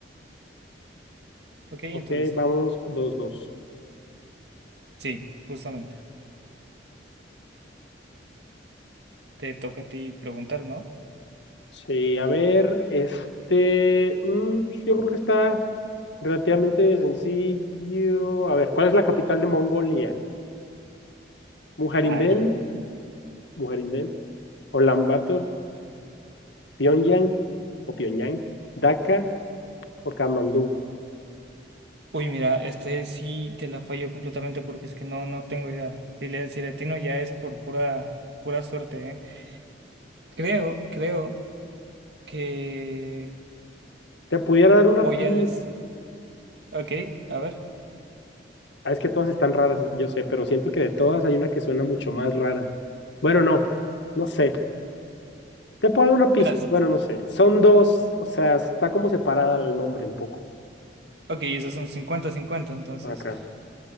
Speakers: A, on the right; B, on the left.
A: Ok, entonces,
B: Ok, vamos, dos dos.
A: sí, justamente. Te toca a ti preguntar, ¿no?
B: Sí, a ver, este, mm, pues, yo creo que está relativamente sencillo. A ver, ¿cuál es la capital de Mongolia? Mujerinden,
A: Ay.
B: Mujerinden, Ulaanbaatar, Pyongyang o Pyongyang, Dhaka o Katmandú.
A: Uy, mira, este sí te la fallo completamente porque es que no, no tengo idea. Si le, si le atino ya es por pura, pura suerte, ¿eh? Creo, creo que
B: Te pudiera dar una
A: Voy
B: pista.
A: a decir. Ok, a ver.
B: Ah, es que todas están raras, yo sé, pero siento que de todas hay una que suena mucho más rara. Bueno, no, no sé. Te puedo dar una pista.
A: Verás.
B: Bueno, no sé. Son dos, o sea, está como separada el nombre un poco.
A: Ok, esos son cincuenta cincuenta Entonces,
B: Ok.